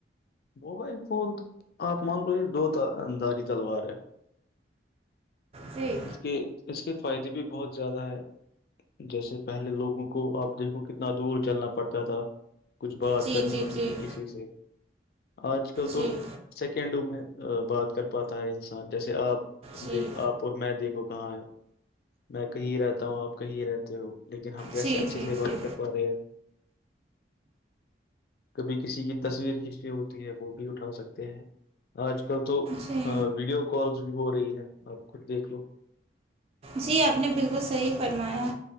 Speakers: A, on the left; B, on the right.
A: موبائل فون آپ مان لو یہ دو دھاری تلوار ہے
B: جی
A: اس کے اس کے فائدے بھی بہت زیادہ ہے جیسے پہلے لوگوں کو آپ دیکھو کتنا دور چلنا پڑتا تھا کچھ بات
B: جی
A: کرنی
B: جی
A: ہوتی
B: جی
A: تھی کسی سے آج کل تو
B: جی
A: سیکنڈوں میں بات کر پاتا ہے انسان جیسے آپ
B: جی
A: دیکھ آپ میں دیکھو کہاں ہے میں کہیں رہتا ہوں آپ کہیں رہتے ہو لیکن ہم کیسے
B: جی
A: اچھے
B: جی
A: سے بات
B: جی
A: کر پا رہے ہیں کبھی کسی کی تصویر کھینچنی ہوتی ہے وہ بھی اٹھا سکتے ہیں آج کل تو
B: جی
A: ویڈیو کالز بھی ہو رہی ہے آپ خد دیکھ لو
B: جی آپ نے بالکل صحی فرمایا